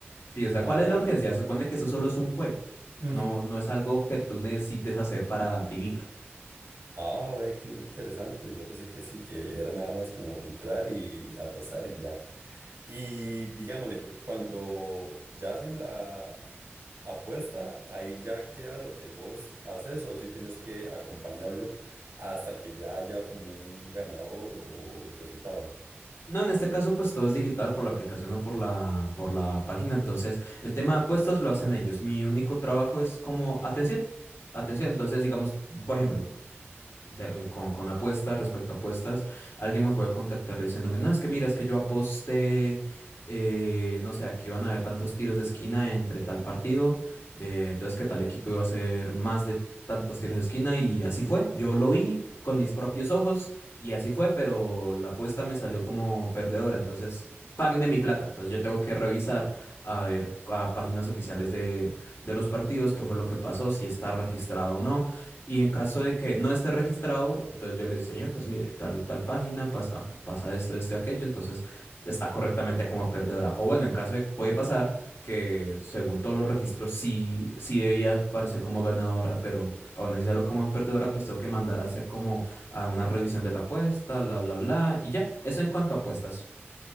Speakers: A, on the left (about 75°); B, on the right (about 80°).
A: Sí, o sea,
B: Ah,
A: ¿cuál es la urgencia? Se supone que eso solo es un juego.
B: ujú.
A: No, no es algo que tú necesites hacer para vivir.
B: Ah, ve qué interesante. Yo pensé que sí, que era nada más como entrar y apostar y ya. Y digámosle, cuando ya hacen la apuesta, ahí ya queda lo que vos haces o si tienes que acompañarlo hasta que ya haya como un ganador o resultado.
A: No, en este caso, pues todo es digital por la aplicación o por la, por la página. Entonces, el tema de apuestas lo hacen ellos. Mi único trabajo es como atención. Atención. Entonces, digamos, por ejemplo, de- eh, con, con apuestas, respecto a apuestas, alguien me puede contactar diciéndome, no, es que mira, es que yo aposté, eh, no sé, aquí van a haber tantos tiros de esquina entre tal partido, eh, entonces que tal equipo iba a hacer más de tantos tiros de esquina y así fue. Yo lo vi con mis propios ojos y así fue, pero la apuesta me salió como perdedora, entonces... Páguenme mi plata. Entonces yo tengo que revisar a ver a páginas oficiales de, de los partidos qué fue lo que pasó, si está registrado o no y en caso de que no esté registrado, entonces yo le digo, señor, pues mire, tal, tal página, pasa, pasa esto, esto y aquello, entonces está correctamente como perdedora. O bueno, en caso de, puede pasar que según todos los registros sí, sí debía aparecer como ganadora, pero aún así salió como perdedora, pues tengo que mandar a hacer como a una revisión de la apuesta, bla, bla, bla, y ya. Eso en cuanto a apuestas.